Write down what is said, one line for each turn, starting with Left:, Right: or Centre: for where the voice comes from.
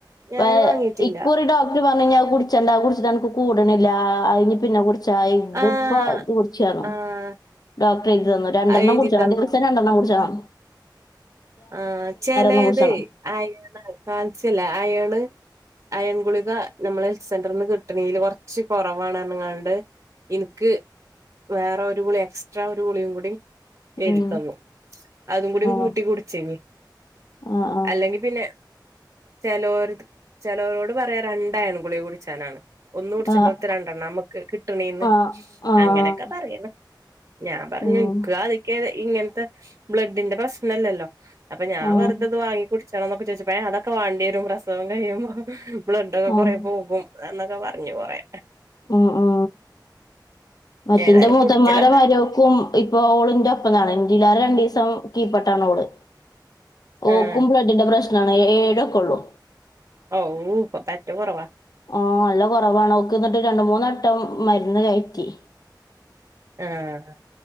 Right: ഞാന്
Left: വയ്
Right: വാങ്ങിട്ടില്ല
Left: ഇക്കുറി ഡോ ഓല് പറഞ്ഞു ഇഞ്ഞി കുടിച്ചണ്ട അത് കുടിച്ചട്ട്നക്ക് കൂടണില്ല അത് പിന്നെകുട് ചായ് ഇത്പ്പോ
Right: ആഹ്
Left: ഇത് കുടിചാണോ
Right: ആഹ്
Left: ഡോക്ടറെഴുതിതന്നു രണ്ടെണ്ണം
Right: എഴുതി
Left: കുടി ചണം
Right: തന്ന്
Left: ദിവസം രൻ ണ്ടെണ്ണം കുടിച്ചണോ
Right: ആ.. ചെലേത്
Left: ഒന്ന് കുടിച്ചണം
Right: അയേണാണ് കാൽസ്യം ഇല്ലെ അയണ് അയൺ ഗുളിക നമ്മളെ ഹെൽ സെന്ററിൽന്ന് കിട്ട ണേല് കുറച്ച് കുറവാണ്റഞ്ങ്ങാണ്ട് ഇൻക്ക് വേറെ ഒരു ഗുളി എക്സ്ട്രാ ഒരു ഗുളിയും കൂടി എഴുതിത്തന്നു.
Left: ഉം
Right: അതും കൂടികൂട്ടി
Left: ആ
Right: കുടിച്ചേനി..
Left: ആഹ്
Right: അല്ല അല്ലെങ്കി പിന്നെ ചിലോര്ത് ചേലോരോട് പറയരണ്ടയേൺ ഗുളിക കുടിച്ചാനാണ് ഒന്ന് കുടിചണ്ട
Left: ആഹ്
Right: ടത്ത് രണ്ടെണ്ണമ്മുക്ക് കിട്ടണീന്ന്
Left: ആഹ് ആഹ്
Right: അങ്ങനെയൊക്കെ പറയുന്ന് ഞാൻ പറഞ്ഞു
Left: ഉം
Right: ന്ക്ക് അത്യൊക്കെ ഇങ്ങനത്തെ ബ്ലഡിന്റെ പ്രശ്നല്ലല്ലോ അപ്പൊ ഞാ
Left: ആഹ്
Right: വെറുതത് വാങ്ങി കുടിച്ചണംണന്നൊ ചോദിച്ചപ്പ അതൊക്കെ വണ്ടിയരും പ്രസവം കിയുമ്പോ. ബ്ലഡൊക്കെ
Left: ആഹ്
Right: കൊറെ പോകും എന്നൊക്കെ പറഞ്ഞു കൊറേ
Left: ഉം ഉം മറ്റിന്റെ
Right: ഏതായാലും
Left: മുതന്മാര
Right: കുടിച്ചലൊക്കെ
Left: ഭാര്യോക്കും ഇപ്പൊ ഓളിന്റെ ഒപ്പാത്ണ് ഇല്ലും രണ്ടു ദിവസം കീപ്പർട്ടാണ് ഓള് ഓക്കുമ്പോള്
Right: ആഹ്
Left: ട്ടിന്റെ പ്രശ്നാണ് ഏഴൊക്കെ ഒള്ളു
Right: ഔ പ്പ പറ്റ് കുറവാ
Left: ഓ നല്ല കുറവാണക്ക് എന്നിട്ട് രണ്ട മൂന്നെട്ടം മരുന്ന് കയറ്റി
Right: ആഹ്